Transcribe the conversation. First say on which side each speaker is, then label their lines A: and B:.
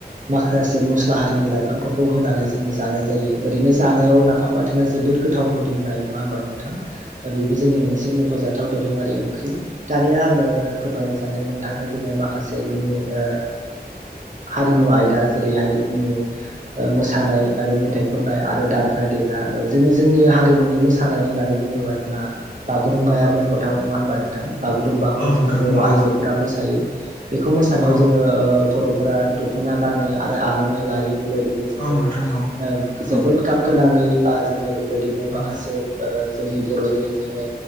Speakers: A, on the right (about 50°); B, on the left (about 60°).
A: माखासे मस्ला हारिनि लाइफांफोर खौ होनानै जोङो जानाय जायो ओरैनो जानायाव नाफाम बाथोना जोबोद गोथाव मोदोमनाय नङा होमबा नोंथां। बेबो जोंनि मोनसे मख'जाथाव दोरोङारि ओंख्रि दानिया आङो फोरमायनो सानदों नोंथांनो जोङो माखासे जोंनि ओ हारिमु आयदा जेरैहाय जोंनि ओ मोसानाय आरो मेथाइ खननाय आरो दामग्रा देग्रा जोङो जोंनि हारिमुनि मोसानाय होननानै बुङोब्ला जोंहा बागुरुम्बाया मख'थाव नङा होनबा नोंथां बागुरुम्बाखौ
B: नोंथां
A: जोङो बर'
B: नंगौ
A: आइजोफोरा मोसायो। बेखौ मोसानायाव
B: औ
A: जोङो ओ बर'फोरा दख'ना गानो आरो आर'नाइ लायो बे बेबादिनो जोङो
B: औ नोंथां
A: ओ
B: औ
A: जोबोद
B: औ
A: गाब गोनाङै बा जोङो बेबायदिनो
B: औ
A: माखासे ओ जोंनि बर'नि जोङो